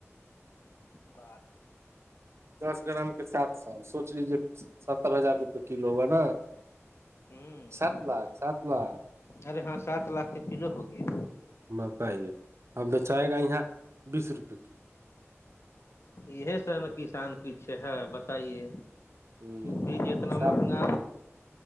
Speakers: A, on the left (about 60°); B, on the right (about 60°).
A: بار
B: دس گرام کے ساتھ سوچ لی ستر ہزار روپئے کلو ہوا نا
A: ہوں
B: سات لاکھ سات لاکھ
A: ارے ہاں سات لاکھ کے کلو ہو گیا
B: بتائیے اب بچائے گا یہاں بیس روپے کلو
A: یہ س نا کسان پیچھے ہے بتائیے
B: ہوں
A: بیج اتنا
B: سات
A: مہنگا